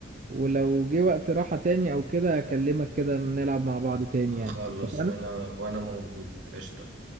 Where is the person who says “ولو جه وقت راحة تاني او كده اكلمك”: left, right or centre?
Right